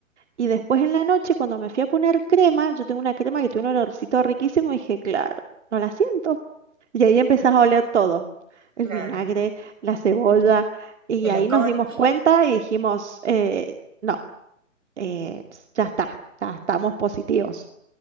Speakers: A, on the right; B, on the right.
A: Y después en la noche, cuando me fui a poner crema, yo tengo una crema que tiene un olorcito riquísimo, dije, claro, no la siento. Y ahí empezás a oler todo, el
B: Claro,
A: vinagre, la cebolla, y
B: el
A: ahí
B: alcohol.
A: nos dimos cuenta y dijimos, eh, no, eh, ya está, ya estamos positivos.